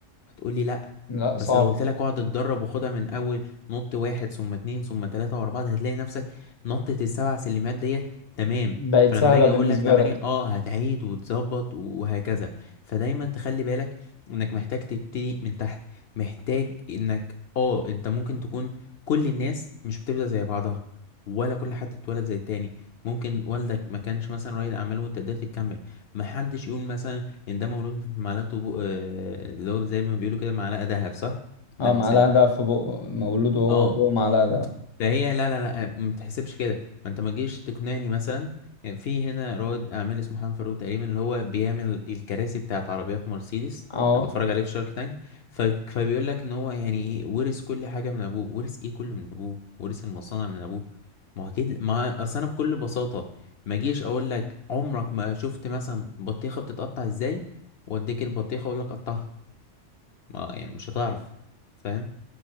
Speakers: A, on the left; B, on the left.
A: هتقولي لأ
B: لا
A: بس
B: صعب
A: لو قلت لك اقعد اتدرب وخدها من اول نط واحد ثم اتنين ثم تلاتة واربعة هتلاقي نفسك نطة السبع سلمات ديت تمام
B: بقت
A: فلما
B: سهلة
A: اجي
B: بالنسبة
A: اقول لك تمانية
B: لك
A: اه هتعيد وتظبط وهكذا فدايما تخلي بالك انك محتاج تبتدي من تحت محتاج انك اه انت ممكن تكون كل الناس مش بتبدأ زي بعضها ولا كل حد اتولد زي التاني ممكن والدك ما كانش مثلا رائد اعمال وانت قدرت تكمل محدش يقول مثلا يعني ده مولود في معلقة طبو... آه، اللي هو زي ما بيقولوا كده معلقة ذهب صح ده
B: اه
A: مثال
B: معلقة دهب في بقه مولود وهو
A: اه
B: بقه معلقة دهب
A: فهي لا لا لا آه، ما تحسبش كده ما انت ما تجيش تقنعني مثلا يعني في هنا رائد اعمال اسمه حنان فاروق تقريبا اللي هو بيعمل الكراسي بتاعت عربيات مرسيدس
B: اه
A: انا بتفرج عليه في شارك تانك ف... فبيقول لك ان هو يعني ايه ورث كل حاجه من ابوه ورث ايه كله من ابوه ورث المصانع من ابوه ما هو اكيد ما اصل انا بكل بساطه ما اجيش اقول لك عمرك ما شفت مثلا بطيخه بتتقطع ازاي واديك البطيخه اقول لك قطعها ما يعني مش هتعرف فاهم